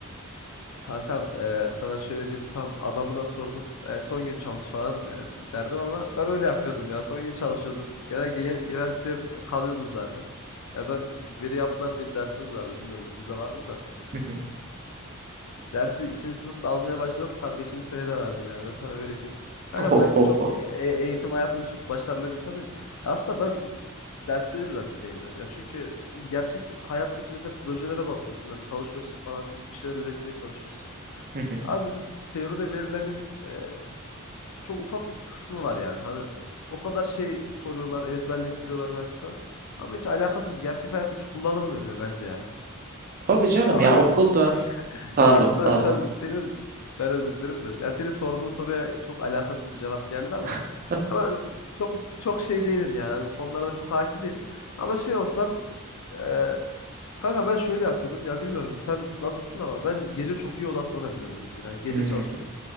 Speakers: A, on the left; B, on the right.
A: Kankam e, sana şöyle diyeyim tam adamına sordun e, son gün çalış falan e, derdim ama ben öyle yapıyordum ya son gün çalışıyordum. Genellikle, gene- genellikle hep kalıyordum zaten. Ya ben veri yapılar diye bir dersimiz vardı bilmiyorum sizde var mı da.
B: <laughs>
A: Dersi ikinci sınıfta almaya başladık. Tabii beşinci senede verdim yani. Ben sana öyle diyeyim. Kanka
B: Ohoho.
A: ben çok e- e- eğitim hayatında çok başarılı bir insan değilim. Ya aslında ben dersleri biraz sevmiyorum. yani çünkü şimdi gerçek hayattaki mesela projelere bakıyorsun. Hani çalışıyorsun falan. Bir şeyler üretmeye çalışıyorsun.
B: <laughs>
A: Abi mesela teoride verilenin e, çok ufak bir kısmı var yani. Hani o kadar şey soruyorlar, ezberlettiriyorlar belki falan. Ama hiç alakasız. Gerçek hayatta hiç kullanılmıyor bile bence yani.
B: Tabii canım
A: Ya
B: ya
A: o-
B: okulda
A: <laughs>
B: pardon
A: aslında
B: pardon.
A: sen seni ben özür dilerim de. Ya senin sorduğun soruya çok alakasız bir cevap geldi ama
B: <laughs>
A: ama çok çok şey değilim yani. Bu konularda çok hakim değilim. Ama şey olsam e, kanka ben şöyle yapıyordum. Ya bilmiyorum sen nasılsın ama ben gece çok iyi odaklanabiliyorum mesela. Yani gece
B: Hmm.
A: çalışırım.